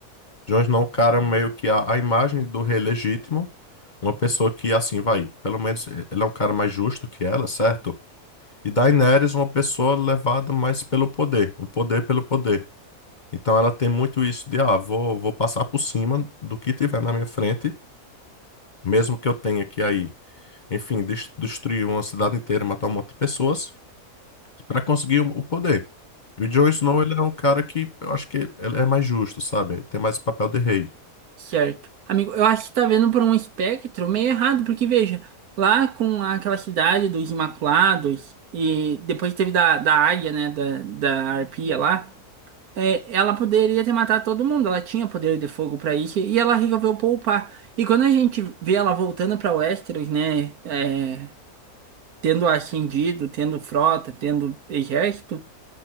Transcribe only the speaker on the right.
Certo. Amigo, eu acho que tá vendo por um espectro meio errado, porque veja, lá com aquela cidade dos Imaculados, e depois teve da, da águia, né, da, da arpia lá, é, ela poderia ter matado todo mundo, ela tinha poder de fogo pra isso, e ela resolveu poupar. E quando a gente vê ela voltando pra Westeros, né, é, tendo ascendido, tendo frota, tendo exército